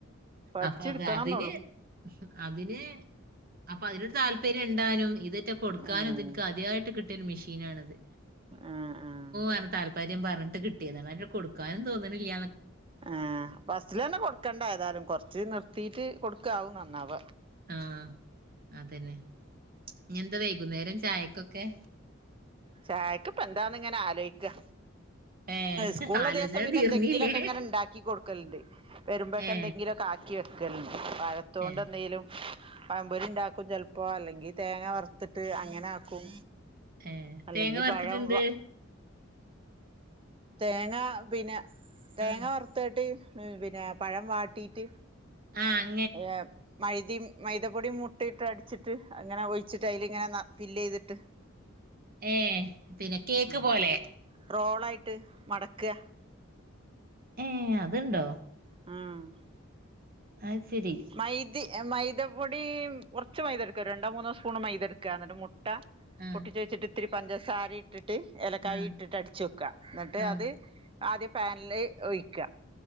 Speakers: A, on the right; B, on the right.
A: പഠിച്ചെടുക്കണം
B: അപ്പൊ അത് അതിന്
A: എന്നള്ളു.
B: അതിന് അപ്പോ അതിനൊരു- താല്പര്യം ഉണ്ടാനും ഇതൊ- കൊക്കാനട്ട്
A: ഉം
B: കിട്ട ഒരു മെഷ്യനാണ് ഇത്.
A: ആഹ് ആഹ്
B: അ താല്പര്യം പറഞ്ഞിട്ട് കിട്ടിയത് കൊടുക്കാനും തോന്നുന്നില്ല.
A: ആ ഫസ്റ്റില് തന്നെ കൊടുക്കണ്ട- ആഏതാലും കുറച്ച് നിർത്തിയിട്ട്- കൊടുക്കാവ നന്ന അവ.
B: ആഹ അതന്നെ ഇനി എന്താ- വൈകുന്നേരം ചായക്കൊക്കെ.
A: ചായക്ക്പ്പ എന്താന്ന് ഇങ്ങനെ- ആലോചിക്കുക.
B: ഏ
A: സ്കൂളിലള്ള
B: ആലോചന
A: ദിവസം പിന്നെ-
B: തീർന്നില്ലേ
A: എന്തെങ്കിലുമൊക്കെ ഇങ്ങനെ ഉണ്ടാക്കി കൊടുക്കലണ്ട്. വരുമ്പോഴക്കെ
B: ഏ
A: എന്തെങ്കിലും കാക്കി വെക്കലോ പഴത്തുകൊണ്ട്-
B: ഏ
A: എന്തേങ്കലും, പമ്പൊരി ഉണ്ടാക്കുംചലപ്പോ,, അല്ലെങ്കി തേങ്ങ വറുത്തിട്ട് അങ്ങനെ ആക്കും.
B: ഏ
A: അല്ലെങ്കി
B: തേങ്ങ വറുത്തിട്ട
A: പഴം
B: എന്ത്?
A: തേങ്ങ പിന്നെ, തേങ്ങ
B: ആ
A: വറ- മുത്തായിട്ട് പിന്നെ, പഴം വാട്ടിയിട്ട്.
B: ആഹ...
A: എ... മൈദ മൈദപ്പൊടിം മുട്ടിയിട്ട്- അടിച്ചിട്ട് അങ്ങനെ ഒഴിച്ചിട്ട്, അതില ഇങ്ങനെ ഫില് ചെയ്തിട്ട്. <inaudible>
B: ഏ പിന്നെ കേക്ക്
A: ഉം
B: പോലെ.
A: റോളായിട്ട് മടക്കുക.
B: ഏ അതുണ്ടോ?
A: ആഹ...
B: അ ശരി...
A: മൈദ മൈദപ്പൊടി, കുറച്ച് മൈദ എടുക്കുക, രണ്ടോ മൂന്നോ സ്പൂൺ- മൈദ എടുക്കുക എന്നിട്ട് മുട്ട-
B: ആ
A: പൊട്ടിച്വെച്ചിട്ട്ത്തിരി പഞ്ചസാരിം - ഇട്ടിട്ട് ഇലക്കായി
B: ആ
A: ഇട്ടിട്ട് അടിച്ച് വയ്ക്കുക, എന്നിട്ട്
B: ആ
A: അത് ആദ്യം പാനിൽ ഒഴിക്കുക. ഹാ